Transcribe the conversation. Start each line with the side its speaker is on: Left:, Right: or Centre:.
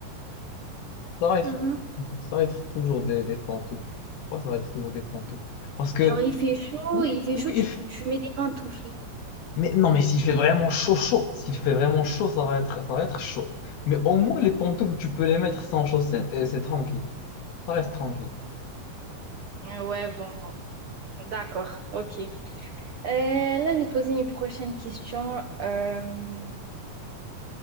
Left: Ça va être,
Right: mhm.
Left: ça va être toujours des, des pantoufles. Pourquoi ça va être toujours des pantoufles? Parce que,
Right: Genre, il fait chaud,
Left: oui,
Right: il fait chaud,
Left: oui,
Right: tu,
Left: il fait-
Right: tu mets des pantoufles.
Left: mais non, mais s'il fait vraiment chaud, chaud, s'il fait vraiment chaud, ça va être, ça va être chaud. Mais au moins, les pantoufles, tu peux les mettre sans chaussettes et c'est tranquille. Ça reste tranquille.
Right: Euh, Ouais, bon, bon. D'accord, ok. Euh, là, je vais te poser une prochaine question. Euh,